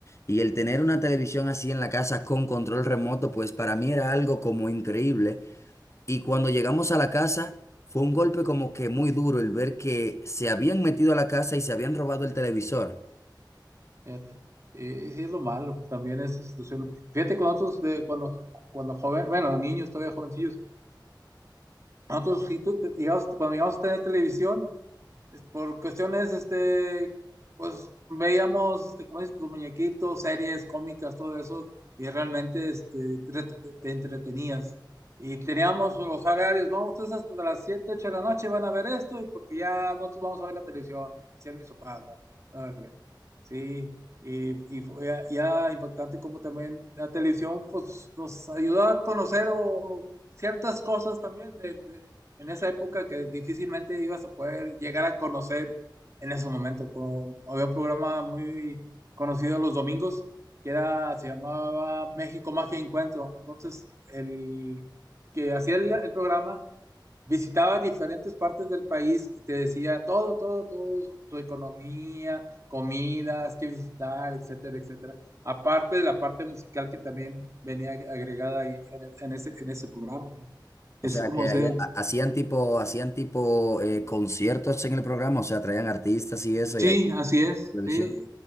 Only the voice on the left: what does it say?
Y el tener una televisión así en la casa con control remoto, pues para mí era algo como increíble. Y cuando llegamos a la casa, fue un golpe como que muy duro el ver que se habían metido a la casa y se habían robado el televisor.
O sea,
que
ahí ha- hacían tipo, hacían tipo eh, conciertos en el programa, o sea, traían artistas y eso
y ahí la
televisión.